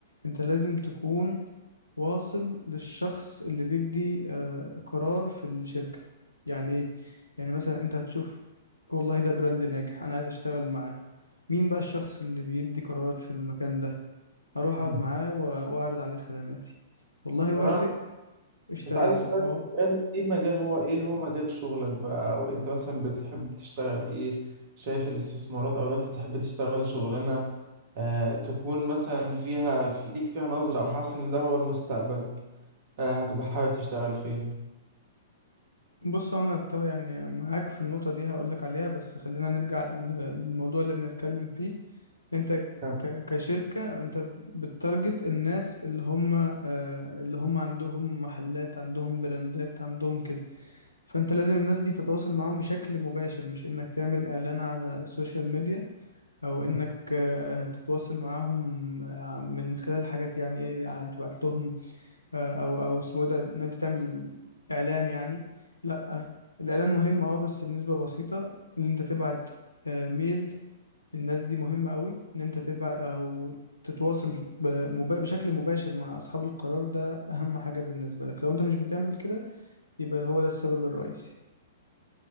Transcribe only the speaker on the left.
انت لازم تكون واصل للشخص اللي بيدي آه، قرار في الشركة يعني ايه يعني مثلا انت هتشوف والله ده براند ناجح انا عايز اشتغل معاه مين بقى الشخص اللي بيدي قرارات في المكان ده اروح اقعد
معاه و- واعرض عليه خدماتي والله وافق
اشتغلنا
ما هو
بص انا أت- يعني معاك في النقطه دي هقولك عليها بس خلينا نرجع ل- للموضوع اللي بنتكلم فيه انت
ك- كشركه انت بتارجت الناس اللي هم آه، اللي هم عندهم محلات عندهم براندات عندهم كده فانت لازم الناس دي تتواصل معاهم بشكل مباشر مش انك تعمل اعلان على السوشيال ميديا او
انك آه، تتواصل معاهم آه، من خلال حاجات يعني ايه يعني تبعت لهم آه، او او اسمه إيه ده ان انت تعمل اعلان يعني لا الاعلان مهم اه بس بنسبه بسيطه ان انت تبعت آه، ميل للناس دي مهمه قوي ان انت تبعت او تتواصل بمبا- بشكل مباشر مع اصحاب القرار ده اهم حاجه بالنسبه لك لو انت مش بتعمل كده يبقى هو ده السبب الرئيسي